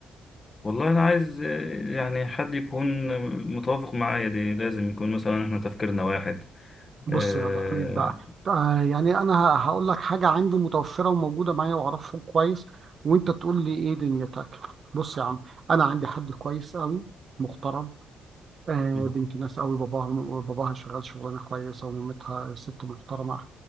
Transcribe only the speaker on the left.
والله انا عايز آه، يعني حد يكون متوافق معايا دي لازم يكون مثلا احنا تفكيرنا واحد
آه،
مم.